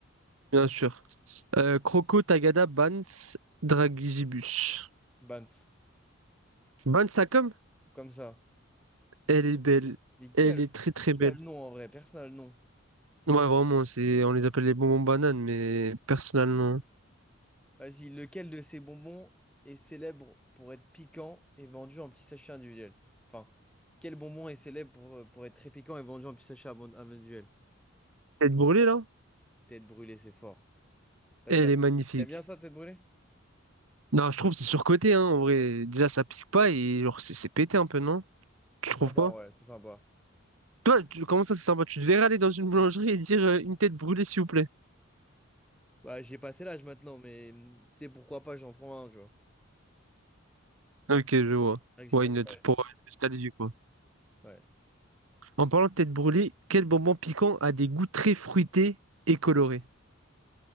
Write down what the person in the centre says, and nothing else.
Bans,
comme ça.
Mais qui
a le,
qui
a le nom en vrai? Personne n'a le nom.
Vas-y, lequel de ces bonbons est célèbre pour être piquant et vendu en petits sachets individuels? Enfin, quel bonbon est célèbre pour, euh, pour être très piquant et vendu en petits sachets abon- individuels?
Tête brûlée, c'est fort. T'as-
T'aimes
t'aimes bien ça, tête brûlée?
C'est
sympa,
ouais, c'est sympa.
Bah, j'ai passé l'âge maintenant, mais hum, tu sais, pourquoi pas, j'en prends un, tu vois.
C'est vrai que j'ai
passé
l'âge.
Ouais.